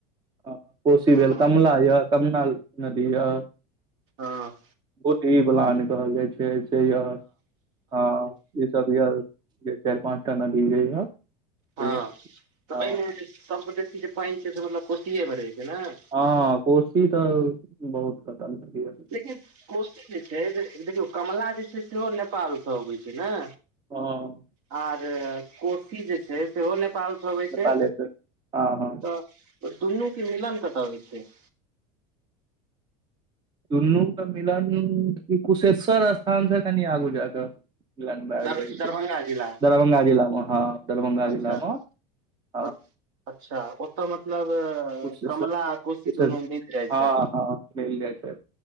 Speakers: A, on the right; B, on the right.
A: अ कोशी
B: हँ
A: भेल कमला यऽ कमला नदी यऽ।
B: हँ
A: भूतही बलान कहल जाइ छै से यऽ हँ। ई सब यऽ चाइर- पाँच टा नदि जे यऽ।
B: हँ
A: से
B: तऽ
A: हँ
B: अहिमें सबगोटे के जे पाइन छैह मतलब कोसीएमे रह छै ने।
A: हँ कोशी तऽ बहुत खतम क
B: लेकिन। कोशी जे छै देखियौ, कमला जे छै सेहो नेपालसँ अबै छै ने।
A: हॅं।
B: आर कोशी जे छै, सेहो नेपाल से अबै
A: नेपाले
B: छै,
A: से हँ हँ
B: तऽ दुनू के मिलन कतऽ होइ छै।
A: दुुन्नू के मिलन कुशेश्वर स्थान से कनि आगू जाके। दरभङ्ंगा
B: दर दरभंगा जिला
A: जिला में हँ। दरभंगा
B: अच्छा-
A: जिला मे हँ
B: अच्छा ओतऽ मतलब
A: कुशेश्वर
B: कमला आ कोशी
A: कुशेश्वर
B: दुनू मिल जाइ
A: हँ
B: छथि।
A: हँ मिल जाइ छै